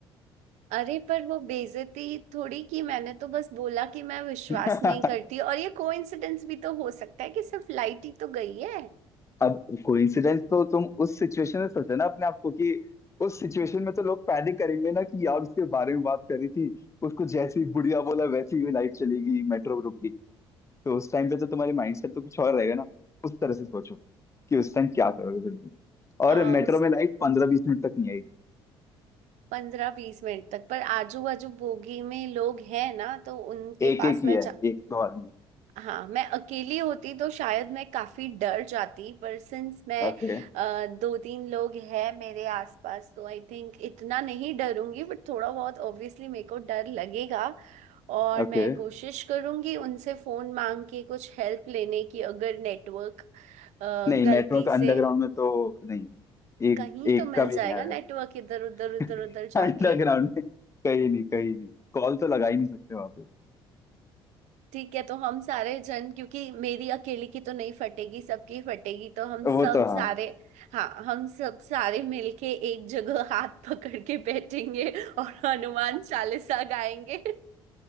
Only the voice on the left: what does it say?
<laughs>
अब कोइंसिडेंस तो तुम उस सिचुएशन में सोचो ना अपने आप को कि उस सिचुएशन में तो लोग पैनिक करेंगे ना कि यार उसके बारे में बात करी थी उसको जैसे ही बुढ़िया बोला वैसे ही लाइट चली गई मेट्रो रुकी तो उस टाइम पे तो तुम्हारे माइंडसेट तो कुछ और रहेगा ना उस तरह से सोचो कि उस टाइम क्या करोगे फिर तुम और
मेट्रो
में लाइट पंद्रह बीस मिनट तक नहीं आई
एक
एक ही
है
एक दो आदमी
ओके
ओके
नहीं
नेटवर्क अंडरग्राउंड
में तो नहीं एक
एक
का भी
नहीं आएगा
<laughs>
अंडरग्राउंड में कहीं नहीं कहीं नहीं कॉल तो लगा ही नहीं सकते वहां पे
वो
तो हाँ